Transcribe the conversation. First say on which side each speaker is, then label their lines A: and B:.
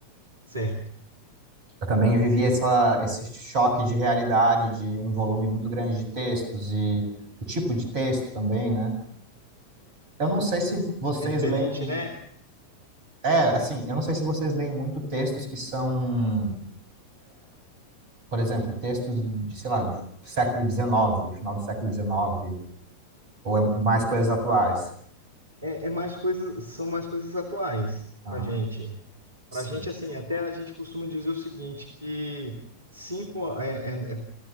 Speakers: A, on the right; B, on the right.
A: Certo.
B: Eu também vivi essa, esse choque de realidade, de um volume muito grande de textos e o tipo de texto também, né? Eu não sei se vocês
A: É diferente,
B: leem.
A: né?
B: É, assim, eu não sei se vocês leem muito textos que são, por exemplo, textos de, sei lá, do século XIX, final do século XIX, ou é mais
A: Hum,
B: coisas atuais.
A: É, é mais coisas, são mais coisas atuais
B: Aham.
A: pra gente. Pra
B: Sim,
A: gente, assim, até a gente costuma dizer o seguinte, que cinco, é, é- é-